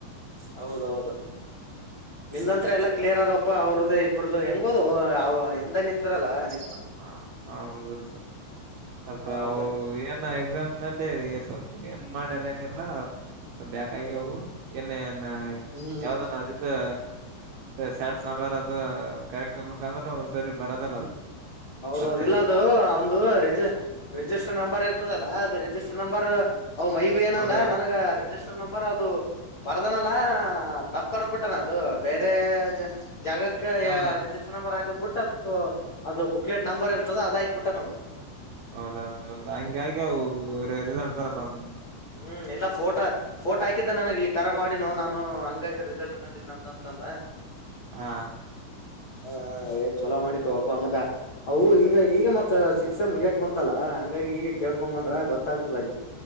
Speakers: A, on the left (about 55°); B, on the right (about 75°).
A: ಹೌದೌದ ನಿಂದಂತ್ರ ಎಲ್ಲಾ ಕ್ಲಿಯರ್ ಅದವಪ್ಪ ಅವ್ರದ್ದೇ ಇಬ್ರದು ಹೆಂಗೋದು ಅವ ಹಿಂದನಿದ್ರಲ್ಲ ನಿ
B: ಹಾ ಹೌದು ಸರಿ ಸ್ವಲ್ಪ
A: ಹ ಮತ್ತೆ
B: ಅವು ಏನ ಎಕ್ಸಾಮ್ ನಲ್ಲಿ ಸ್ವಲ್ಪ ಏನ್ ಮಾಡ್ಯಾರ ಏನಿಲ್ಲ. ಸೊ ಬ್ಯಾಕಾಗ್ಯಾವು
A: ಹೌದು
B: ಏನ್ ಏನ್ನ್
A: ಹ್ಮ್
B: ಯಾವ್ದನದಿದು. ಸ್ಯಾಡ್ ಸಾಂಬಾರ್ದು ಕ್ಯಾರೆಕ್ಟರ್ ಅಂದ್ರೂ ಒ್ ಸರಿ ಬರದಲ್ಲ ಅದು <unintelligible>
A: ಹೌದೌದು
B: ಬರ್ತಿರಲ್ಲ
A: ಇಲ್ಲ ಅದು ಅವುಂದು ರಿಜಿ ರಿಜಿಸ್ಟರ್ ನಂಬರ್ ಇರ್ ಅಲ್ಲ ಅದ ರಿಜಿಸ್ಟರ್ ನಂಬರ್ ಅವ್ ಮೈಬ ಏನಂದ
B: ಹೌದೌದು
A: ನನಗ ರಿಜಿಸ್ಟರ್. ರ್ ನಂಬರ್ ಅದು ಬರ್ದನಲ್ಲಾ ತಪ್ಪ ಬರ್ದ್ ಬಿಟ್ಟಾನ ಅದು ಬೇರೆ ಜ್ಯ ಜಾಗಕ್ಕ
B: ಹಾ
A: ರಿಜಿಸ್ಟರ್ ನಂಬರ್ ಹಾಕದ್ ಬುಟ್ಟ ಅದು ಅದು ಬು ಬುಕ್ಲೆಟ್ ನಂಬರ್ ಇರ್ತದ ಅದ ಹಾಕ್ಬಿಟ್ಟನ ಅವ್ನು.
B: ಹೌದೌದೌದು ಹಂಗಾಗಿ ಅವು ರಿಸಲ್ಟ್ ಬರಲ್ಲ ಒಂದೊಂದು.
A: ಹ್ಮ್ ಎಲ್ಲಾ ಫೋಟಾ ಫೋಟೋ ಹಾಕಿದ ನನಗೆ ಈ ತರ ಮಾಡಿನೋ ನಾನು ಹಂಗಾಗಿ ರಿಸಲ್ಟ್ ಬಂದಿಲ್ಲ ನಂದಂತಂದ.
B: ಹಾ
A: ಹ ಹ್ ಹೆ ಚಲೋ ಮಾಡಿತೋಪ್ಪ ಮತ. ಅವು ಹಿಂಗ ಈಗ ಮತ್ ಸಿಕ್ಸ್ ಸೇಮ್ ಮುಗ್ಯಾಕ್ ಬಂತಲ್ಲಾ ಹಂಗಾಗಿ ಈಗ ಕೇಳ್ಕೊ ಬಂದ್ರ ಗೊತ್ತಾಗ್ತದ ಅಲ್ಲಿ.